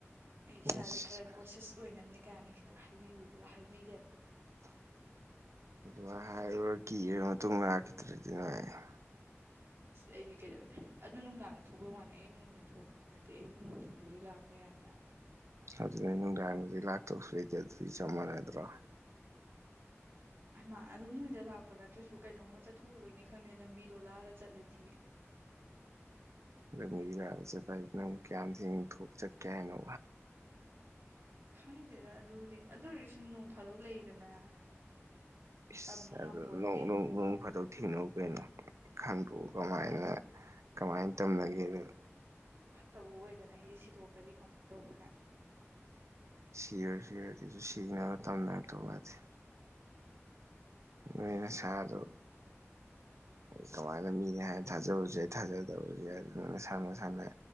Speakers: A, on the right; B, on the right.
A: ꯑꯩ ꯏꯁꯥꯁꯦ
B: ꯏꯁ
A: ꯈꯔ ꯀꯣꯁꯌꯁ ꯑꯣꯏꯅꯕꯅꯤ ꯀꯥꯏꯅ ꯈꯤꯇꯪ ꯍꯥꯏꯔ ꯍꯥꯏꯕꯤꯔꯦꯕ
B: ꯑꯗꯨꯃ ꯍꯥꯏ ꯀꯤꯔ ꯃꯇꯨꯡꯗꯥꯛꯈꯤꯗ꯭ꯔꯗꯤ ꯅꯅꯨꯡ
A: ꯑꯩꯗꯤ ꯀꯩꯗꯧ ꯑꯗꯨ ꯅꯨꯡꯗꯥꯡꯗ ꯊꯣꯛꯄꯩ ꯋꯥꯅꯤ ꯑꯌꯨꯛ ꯅꯨꯡꯊꯤꯟꯗ ꯊꯣꯛꯄꯁꯨ ꯅꯠꯇꯦ ꯑꯌꯨꯛ ꯅꯨꯡꯊꯤꯟꯗꯗꯤ ꯂꯥꯛꯦ ꯇꯄꯦ ꯌꯥ ꯍꯥꯏꯅ
B: ꯑꯗꯨꯗ ꯅꯨꯡꯗꯥꯡꯗꯤ ꯂꯥꯛꯇꯧꯁꯨꯩꯗꯤ ꯑꯗꯨꯗꯤ ꯆꯞ ꯃꯥꯟꯅꯗ꯭ꯔꯣ
A: ꯃꯥ ꯑꯗꯨꯝ ꯅꯣꯏꯗ ꯂꯥꯛꯄ ꯅꯠꯇ꯭ꯔꯁꯨ ꯀꯩꯅꯣꯝꯃ ꯆꯠꯊꯣꯛꯎꯕꯣꯏꯅꯤ ꯈꯪꯗꯦ ꯂꯝꯕꯤꯗꯣ ꯂꯥꯜꯂ ꯆꯠꯂꯗꯤ <inaudible>
B: ꯂ ꯆꯠꯄ ꯍꯥꯏꯁꯤꯅꯪꯨꯛ ꯀꯌꯥꯝ ꯊꯦꯡ ꯊꯣꯛ ꯆꯠꯀꯦ ꯍꯥꯏꯅꯣ
A: ꯈꯪꯗꯦꯗ ꯑꯗꯨꯗꯤ ꯑꯗꯨ ꯑꯣꯏꯔꯗꯤ ꯁꯨꯝ ꯅꯣꯡ ꯐꯥꯗꯣꯛ ꯂꯩꯗꯅ
B: ꯏꯁ
A: ꯇꯝꯕ ꯉꯝꯄꯣꯟꯇꯦ
B: ꯑꯗꯨꯣꯡꯅꯨꯡ ꯅꯣꯡ ꯐꯥꯠꯇꯧ ꯊꯦꯡꯅꯧ ꯀꯩꯅꯣ ꯈꯟꯗꯣꯛꯎ ꯀꯃꯥꯏꯅ
A: ꯅꯣꯡ
B: ꯀꯃꯥꯏꯅ ꯇꯧꯅꯒꯦ
A: ꯇꯧꯕ ꯑꯣꯏꯗꯅ ꯑꯩꯗꯤ ꯁꯤꯗꯣꯛꯈ꯭ꯔꯗꯤ ꯀꯃꯥꯏꯅ ꯇꯧꯕ ꯍꯥꯏ
B: ꯁꯤꯔꯣ ꯁꯤꯔꯁꯨ ꯁꯤꯅ ꯇꯝꯃꯦ ꯇꯧ ꯃꯥꯗꯤꯦ
A: <inaudible>
B: ꯅꯅꯦ ꯁꯗꯣ
A: <inaudible>
B: ꯀꯃꯥꯏꯅ ꯃꯤꯅꯦ ꯍꯥꯏꯅ ꯊꯥꯖꯕꯁꯨ ꯌꯥ ꯊꯥꯖꯗꯕꯁꯨ ꯌꯥ ꯑꯗꯨ ꯃꯁꯥꯟꯅꯁꯥꯟꯅ